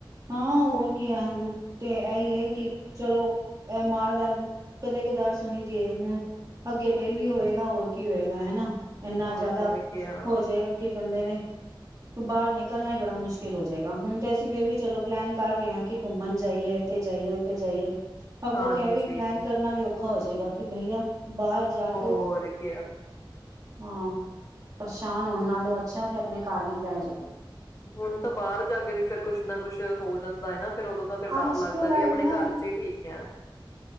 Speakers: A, on the right; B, on the left.
A: ਹਾਂ ਹੋਰ ਕੀ ਆ ਹ ਤੇ ਇਹੀ ਹੈ ਕਿ ਚਲੋ ਇਹ ਮਾਰਦਾਰ ਕਦੇ ਕਦਾਰ ਸੁਣੀ ਦੀਏ ਹੁਣ ਅੱਗੇ ਡੇਲੀ ਹੋਏਗਾ ਹੋਰ ਕੀ ਹੋਏਗਾ ਹਨਾ ਇੰਨਾ
B: ਹੋਰ
A: ਜ਼ਿਆਦਾ
B: ਕਿਆ
A: ਹੋ ਜਾਏਗਾ ਕਿ ਬੰਦੇ ਨੇ ਬਾਹਰ ਨਿਕਲਣਾ ਹੀ ਬੜਾ ਮੁਸ਼ਕਿਲ ਹੋ ਜਾਏਗਾ ਹੁਣ ਤੇ ਅਸੀਂ ਫੇਰ ਵੀ ਚਲੋ ਪਲੈਨ ਕਰ ਰਹੇ ਹਾਂ ਕਿ ਘੁੰਮਣ ਜਾਈਏ ਇੱਥੇ ਜਾਈਏ ਉੱਥੇ ਜਾਈਏ ਅੱਗੋਂ
B: ਹਾਂਜੀ,
A: ਤੇ ਇਹ ਵੀ ਪਲੈਨ ਕਰਨਾ ਵੀਖ ਔਖਾ ਹੋ ਜਾਏਗਾ ਕਿ ਬਈਆ ਬਾਹਰ ਜਾ
B: ਹੋਕ
A: ਕੇ ਹਾਂ ਪਰੇਸ਼ਾਨ ਹੋਣ ਨਾਲੋਂ ਅੱਛਾ ਤੇ ਆਪਣੇ ਘਰ ਹੀ ਪੈ ਜਾਓ
B: ਹੁਣ ਤਾਂ ਬਾਹਰ ਜਾ ਕੇ ਵੀ ਫੇਰ ਕੁਛ ਨਾ ਕੁਛ ਹੋ ਜਾਂਦਾ ਹੈ ਨਾ ਫਿਰ ਦੋਂ ਤਾਂ ਫਿਰ ਡਰ
A: ਅੱਜ
B: ਲੱਗਦਾ
A: ਕੱਲ
B: ਵੀ
A: ਐਵੇਂ
B: ਆਪਣੇ
A: ਨਾ
B: ਘਰ
A: ਕਿ
B: ਚ ਹੀ ਠੀਕ ਹੈ